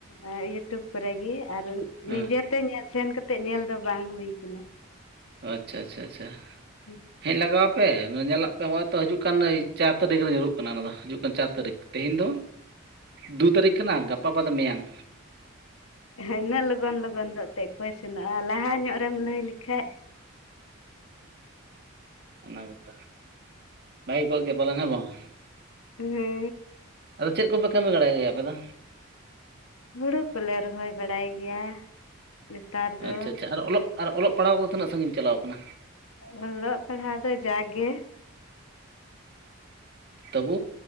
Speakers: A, on the left; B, on the right.
A: ᱮᱸ ᱤᱭᱩᱴᱩᱵ ᱠᱚᱨᱮᱜᱤ ᱟᱨ
B: ᱦᱮᱸ
A: ᱱᱤᱡᱮᱛᱮ ᱧᱮ ᱥᱮᱱ ᱠᱟᱛᱮᱜ ᱧᱮᱞ ᱫᱚ ᱵᱟᱝ ᱦᱩᱭ ᱠᱟᱱᱟ᱾
B: ᱟᱪᱪᱷᱟ ᱟᱪᱪᱷᱟ ᱟᱪᱪᱷᱟ
A: ᱦᱩᱸ
B: ᱦᱮᱡ ᱞᱟᱜᱟᱣ ᱟᱯᱮ ᱱᱚᱣᱟ ᱧᱮᱞᱟᱜ ᱯᱮ ᱦᱚᱜᱼᱚᱭ ᱛᱚ ᱦᱟᱹᱡᱩᱜ ᱠᱟᱱ ᱪᱟᱨ ᱛᱟᱹᱨᱤᱠᱷ ᱨᱮ ᱧᱩᱨᱩᱜ ᱠᱟᱱᱟ ᱚᱱᱟ ᱫᱚ ᱦᱤᱡᱩᱜ ᱠᱟᱱ ᱪᱟᱨ ᱛᱟᱹᱨᱤᱠᱷ᱾ ᱛᱮᱦᱮᱧ ᱫᱚ ᱫᱩ ᱛᱟᱹᱨᱤᱠᱷ ᱠᱟᱱᱟ ᱜᱟᱯᱟ ᱵᱟᱫ ᱢᱮᱭᱟᱝ᱾
A: ᱦᱚᱸᱜ ᱤᱱᱟᱹᱜ ᱞᱚᱜᱚᱱ ᱞᱚᱜᱚᱱ ᱫᱚ ᱮᱛᱮᱜ ᱠᱚᱭ ᱥᱮᱱᱚᱜᱼᱟ ᱞᱟᱦᱟ ᱧᱚᱜ ᱨᱮᱢ ᱞᱟᱹᱭ ᱞᱮᱠᱷᱟᱡ,
B: ᱚᱱᱟ ᱜᱮᱛᱚ ᱵᱷᱟᱹᱜᱮ ᱠᱚᱜ ᱜᱮᱭᱟ ᱯᱟᱞᱮᱱ ᱦᱮᱸ ᱵᱟᱝ?
A: ᱦᱩᱸ
B: ᱟᱫᱚ ᱪᱮᱫ ᱠᱚᱯᱮ ᱠᱟᱹᱢᱤ ᱵᱟᱲᱟᱭ ᱜᱮᱭᱟ ᱟᱯᱮ ᱫᱚ?
A: ᱦᱩᱲᱩ ᱠᱚᱞᱮ ᱨᱚᱦᱚᱭ ᱵᱟᱲᱟᱭ ᱜᱮᱭᱟ᱾ ᱱᱮᱛᱟᱨ ᱫᱚ
B: ᱟᱪᱪᱷᱟ ᱟᱪᱪᱷᱟ ᱟᱨ ᱚᱞᱚᱠ ᱟᱨ ᱚᱞᱚᱠ ᱯᱟᱲᱦᱟᱣ ᱫᱚ ᱛᱤᱱᱟᱹᱜ ᱥᱟᱺᱜᱤᱧ ᱪᱟᱞᱟᱣ ᱠᱟᱱᱟ?
A: ᱚᱞᱚᱜ ᱯᱟᱲᱦᱟᱣ ᱫᱚ ᱡᱟᱜᱮ,
B: ᱛᱚᱵᱩ